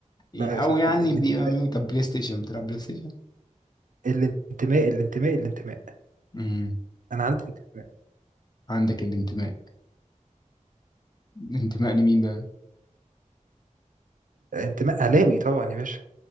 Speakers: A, on the right (about 80°); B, on the left (about 30°).
A: لا
B: او
A: يا صاحبي
B: يعني
A: الانتماء
B: بيبقى مين طب بلاي ستيشن بتلعب بلاي ستيشن
A: الانتماء الانتماء الانتماء
B: امم
A: انا عندي انتماء
B: عندك الانتماء الانتماء لمين بقى
A: انتماء اهلاوي طبعا يا باشا